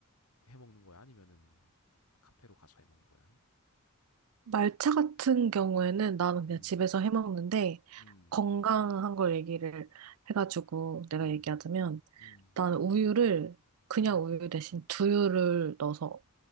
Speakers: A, on the left; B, on the right.
A: 해 먹는 거야? 아니면은 카페로 가서 해 먹는 거야?
B: 말차 같은 경우에는 나는
A: 음.
B: 그냥 집에서 해먹는데
A: 음.
B: 건강한 걸 얘기를 해가지고 내가
A: 음.
B: 얘기하자면.
A: 음.
B: 나는 우유를 그냥
A: 음.
B: 우유 대신 두유를 넣어서